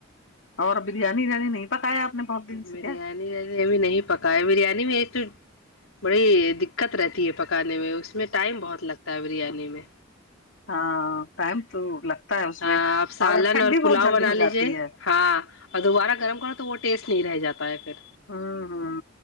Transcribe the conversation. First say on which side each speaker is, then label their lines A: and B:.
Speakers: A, on the left; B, on the left.
A: اور بریانی بریانی نہیں پکایا آپ نے بہت دن سے
B: بریانی
A: کیا
B: ابھی نہیں پکایا بریانی میں ایک تو بڑی د دقت رہتی ہے پکانے میں اس میں ٹائم بہت لگتا ہے بریانی میں
A: ہاں ٹائم تو لگتا ہے اس
B: ہ
A: میں
B: آپ سالن
A: ٹھنڈی
B: اور پلاؤ
A: بہت جلدی
B: بنا
A: ہو
B: لیجیے
A: جاتی ہے
B: ہاں اور دوبارہ گرم کرو تو وہ ٹیسٹ نہیں رہ جاتا ہے پھر
A: ہوں ہوں